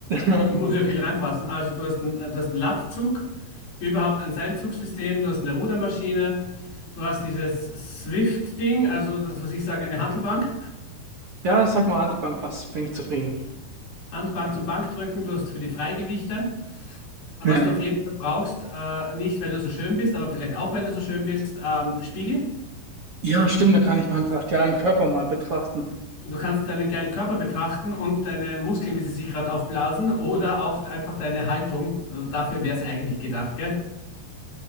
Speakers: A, on the right; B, on the left.
A: <laughs>
B: Muss ja viel reinpassen. Also du hast einen, äh, du hast einen Latzug, überhaupt ein Seilzugsystem, du hast eine Rudermaschine, du hast dieses Swift-Ding, also das, was ich sage, eine Hantelbank.
A: Ja, sag mal, Handelbank passt, bin ich zufrieden.
B: Handelbank zum Bankdrücken, du hast für die Freigewichte. Was
A: Ja.
B: du auf jeden Fall brauchst, äh, nicht weil du so schön bist, aber vielleicht auch weil du so schön bist, ähm, Spiegel.
A: Ja, stimmt, da kann ich meinen brachialen Körper mal betrachten. <laughs>
B: Du kannst deinen geilen Körper betrachten und deine Muskeln, wie sie sich gerade aufblasen, oder auch einfach deine Haltung. Äh, Dafür wäre es eigentlich gedacht, gell? <laughs>